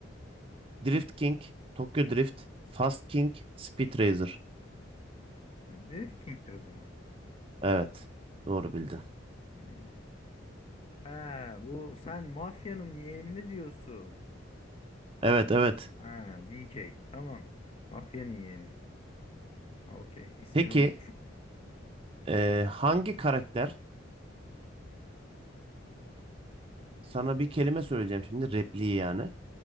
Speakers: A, on the right; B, on the left.
A: Drift King, Tokyo Drift, Fast King, Speed Racer.
B: Ha, The King'tir o zaman.
A: Evet. Doğru bildin.
B: Hmm. Ha, bu sen mafyanın yeğenini diyorsun.
A: Evet evet.
B: Ha, D K Tamam. Mafyanın yeğeni. Ha, okey. İsmini
A: Peki
B: unutmuşum.
A: ee, hangi karakter? Sana bir kelime söyleyeceğim şimdi repliği yani.